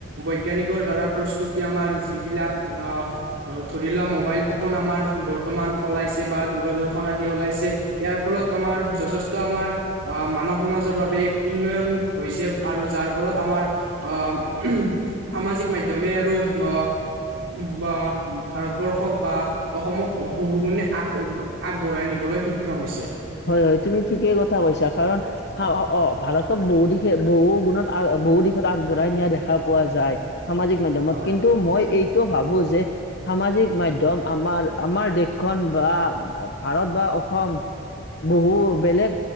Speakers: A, on the right (about 70°); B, on the left (about 55°).
A: বৈজ্ঞানিকৰ দ্বাৰা প্ৰস্তুতি আমাৰ যিবিলাক আহ' আৰু ধৰি লোৱা মোবাইল ফো'ন আমাৰ বৰ্তমান ওলাইছে বা দূৰদৰ্শন আদি ওলাইছে। ইয়াৰ ফলত আমাৰ যথেষ্ট আমাৰ আহ মানৱ সমাজৰ বাবে এক উন্নয়ন হৈছে আৰু যাৰ ফলত আমাৰ অ', সামাজিক মাধ্যমে আৰু <unintelligible> বা ভাৰতবৰ্ষক বা অসমক বহুগুণে আগ <unintelligible> আগবঢ়াই নিবলৈ সক্ষম হৈছে।
B: হয় হয় তুমি ঠিকেই কথা কৈছা কাৰণ হাও হাও অ', ভাৰতক বহু দিশে বহু গুণত আ, বহু দিশত আগবঢ়াই নিয়া দেখা পোৱা যায়। সামাজিক মাধ্যমত
A: হয়
B: কিন্তু মই এইটো ভাবোঁ যে সামাজিক মাধ্যম আমাৰ আমাৰ দেশখন বা ভাৰত বা অসম বহু বেলেগ